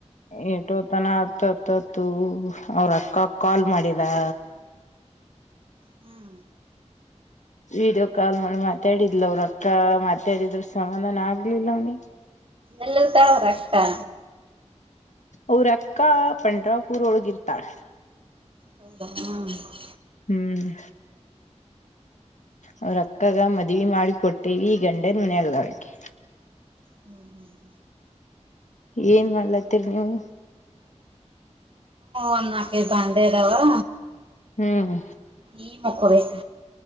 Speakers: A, on the left; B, on the right.
A: ಏಟೋತನ ಅತ್ತತ್ತು ಅವ್ರ ಅಕ್ಕ ಕಾಲ್ ಮಾಡಿದಾ.
B: ಹ್ಮ
A: ವಿಡಿಯೋ ಕಾಲ್ ಮಾಡಿ ಮಾತಾಡಿದ್ಲ ಅವ್ರ ಅಕ್ಕ ಮಾತಾಡಿದ್ರ ಸಮಾಧಾನ ಆಗ್ಲಿಲ್ಲ ಅವ್ನಿ.
B: ಎಲ್ಲುತಾ ಅವರಕ್ಕಾ
A: ಅವರ ಅಕ್ಕಾ ಪಂಡ್ರಾಪೂರ್ ಒಳಗ ಇರತಲಾ
B: ಹೌದಾ ನಾವು
A: ಹ್ಮ್..... ಅವ್ರ ಅಕ್ಕಗ ಮದ್ವಿ ಮಾಡಿ ಕೊಟ್ಟೇವಿ ಗಂಡನ್ ಮನೆ ಆದಾಳ ಅಕ್ಕಿ
B: ಹ್ಮ್ ಹ್ಮ್...
A: ಏನ್ ಮಾಡ್ಲತ್ತೀರಿ ನೀವು...
B: ಒಂದ್ ನಾಕೈದು ಬಂಡೆ ಅದಾವ
A: ಹ್ಮ್
B: ಈ ಮುಕ್ಕೋಬೇಕ.